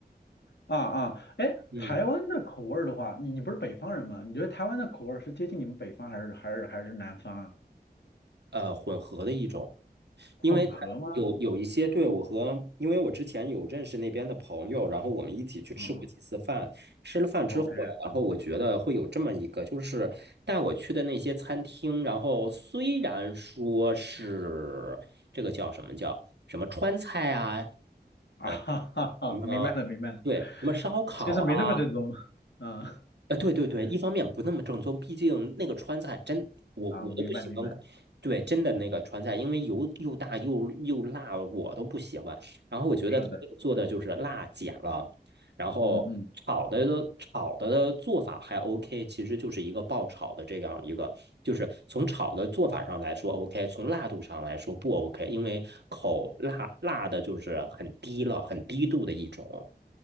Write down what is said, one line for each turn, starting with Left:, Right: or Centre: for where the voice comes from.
Left: 啊啊，哎，
Right: 嗯，
Left: 台湾的口味儿的话，你你不是北方人吗？你觉得台湾的口味儿是接近你们北方还是还是还是南方啊？
Right: 呃，混合的一种。
Left: 混合吗？
Right: 因为他有有一些对我和，因为我之前有认识那边的朋友，然后我们一起去吃过几次饭。
Left: 啊啊
Right: 吃了饭之后，
Left: ，OK 啊，
Right: 然后我觉得会有这么一个，就是带我去的那些餐厅，然后虽然说是这个叫什么叫什么川菜啊，
Left: <laughs> 哈哈哈，
Right: 呃，什么对，
Left: 明白了明白了，
Right: 什么烧烤啊。
Left: 其实没那么正宗，嗯
Right: 呃，对对对，一方面不那么正宗，毕竟那个川菜真，我我都不喜欢
Left: 啊，明白明白，
Right: 对，真的那个川菜，因为油又大又又辣，我都不喜欢。然后我觉得他这个做的就是辣减了，
Left: 是的，
Right: 然后炒的都炒的做法还
Left: 嗯嗯
Right: OK，其实就是一个爆炒的这样一个，就是从炒的做法上来说 OK，从辣度上来说不 OK，因为口辣辣的就是很低了，很低度的一种。